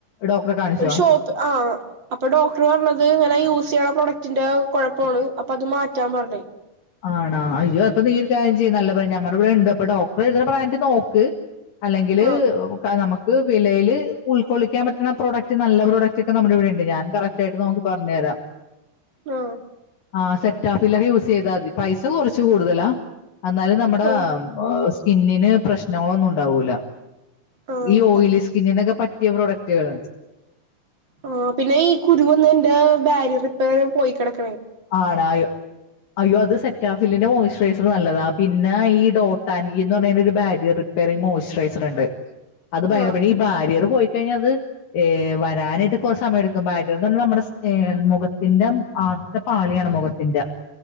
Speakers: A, on the left; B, on the right.
A: ഡോക്ടറെ കാണിച്ചോ
B: ഒരു ഷോപ്പ് ആഹ് അപ്പൊ ഡോക്ടർ പറഞ്ഞത് ഇങ്ങനെ യൂസ് ചെയ്യണ പ്രൊഡക്ടിന്റെ കൊഴപ്പാണ് അപ്പൊ അത് മാറ്റാൻ പറഞ്ഞ്
A: ആണാ അയ്യോ അപ്പൊ നീയ്യ് ഒരു കാര്യം ചെയ്യ് നല്ല ബ്രാൻഡ് നല്ല ഇവിടെ ഇണ്ട് അപ്പൊ ഡോക്ടറ് എഴുതുന്ന ബ്രാൻഡ് നോക്ക് അല്ലെങ്കില് <unintelligible>
B: ആഹ്
A: നമുക്ക് ഇത് വിലയിൽ ഉൾക്കൊള്ളിക്കാൻ പറ്റുന്ന പ്രൊഡക്ട് നല്ല പ്രൊഡക്റ്റ് ഒക്കെ നമ്മുടെ ഇവിട ഉണ്ട് ഞാൻ കറക്റ്റ് ആയിട്ട് നോക്കി പറഞ്ഞു തരാം.
B: ആഹ്
A: ആ സെറ്റാ ഫില്ലറ് യൂസ് ചെയ്താൽ മതി പൈസ കുറച്ച് കൂടുതലാ എന്നാലും നമ്മുടെ
B: ഓഹ്
A: ഓ സ്കിന്നിന് പ്രശ്നങ്ങളൊന്നും ഉണ്ടാവൂല്ല
B: ആഹ്
A: ഈ
B: ഉണ്ടായിരുന്നു
A: ഓയിലി സ്കിന്നിന്നൊക്കെ പ റ്റിയ പ്രൊഡക്റ്റുകളുണ്ട്
B: ആ പിന്ന ഈ കുരുവന്നയിന്റെ ബാരിയർ റിപ്പയർ പോയി കെടക്കണ്
A: ആണായോ അയ്യോ അത് സെറ്റാഫില്ലിന്റെ മോയിസ്റ്ററേച്ചർ നല്ലതാ പിന്നെ ഈ ഡോട്ട് ആൻഡ് ഗി എന്ന് പറഞ്ഞ ഒരു ബാരിയർ വേറെയും മോയിസ്റ്ററേച്ചറുണ്ട് അത് <unintelligible>
B: ആഹ്
A: ഈ ബാര്യർ പോയിക്കഴിഞ്ഞാൽ അത് ഏഹ് വരാനായിട്ട് കുറെ സമയം എടുക്കും ബാരിയർ എന്ന് പറഞ്ഞ നമ്മുടെ സ് മുഖത്തിന്റെ ആഹ് പാളിയാണ് മുഖത്തിന്റെ